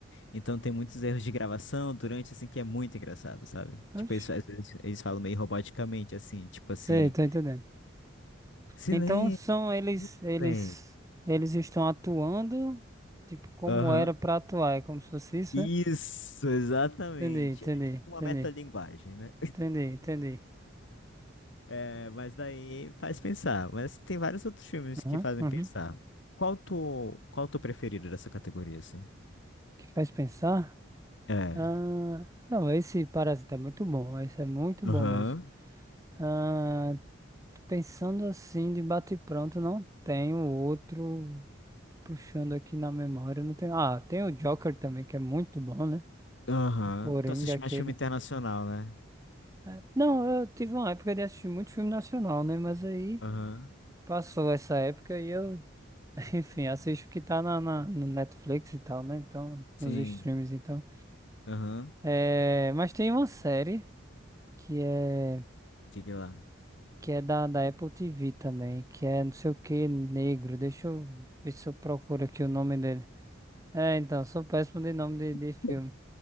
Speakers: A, on the left; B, on the right.
A: Então tem muitos erros de gravação durante, assim, que é muito engraçado, sabe? Tipo,
B: Oxi.
A: eles, às vezes eles falam meio roboticamente, assim, tipo assim,
B: Sei, tô entendendo.
A: silêncio,
B: Então são eles, eles,
A: silêncio."
B: eles estão atuando, tipo, como
A: Aham.
B: era pra atuar, é como se fosse isso,
A: Isso,
B: né?
A: exatamente.
B: Entendi, entendi,
A: É tipo uma
B: entendi,
A: metalinguagem, né?
B: entendi, entendi.
A: É, mas daí faz pensar. Mas assim, tem vários outros filmes que
B: Uhum,
A: fazem
B: uhum.
A: pensar. Qual tu, qual tu preferido dessa categoria, assim?
B: Que faz pensar?
A: É.
B: Ah, não, esse parasita é muito bom, esse é muito
A: Aham.
B: bom mesmo. Ah, pensando assim, de bate-pronto, não tenho outro puxando aqui na memória. Não tenho... Ah, tem o Joker também, que é muito bom, né?
A: Aham.
B: O Coringa,
A: Tu assiste
B: aquele.
A: mais filme internacional, né?
B: É, Não, eu tive uma época de assistir muito filme nacional, né? Mas aí
A: Aham.
B: passou essa época e eu, <laughs> enfim, assisto o que tá na, na- no Netflix e tal, né? Então,
A: Sim.
B: nos streams, então.
A: Aham.
B: É... Mas tem uma série que é.
A: Diga lá.
B: que é da, da Apple TV também, que é não sei o que, negro. Deixa eu ver se eu procuro aqui o nome dele. É, então, sou péssimo de nome de,
A: <laughs>
B: de filme,